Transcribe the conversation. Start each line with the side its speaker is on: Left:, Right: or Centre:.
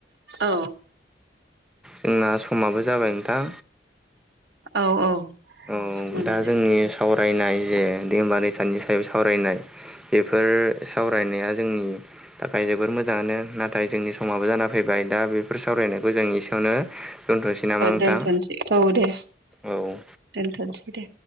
Right: औ
Centre: जोंना समाबो जाबाय नोंथां
Right: औ औ
Centre: औ
Right: समा
Centre: दा
Right: जाबाय
Centre: जोंनि सावरायनाय जे दैमा दैसानि सायाव सावरायनाय बेफोर सावरायनाया जोंनि थाखाय जोबोर मोजाङानो नाथाय जोंनि समाबो जाना फैबाय दा बेफोर सावरायनायखौ जों एसेयावनो दोनथ'नोसै नामा
Right: औ
Centre: नोंथां
Right: दोनथ'नोसै औ दे
Centre: औ
Right: दोनथ'नोसै दे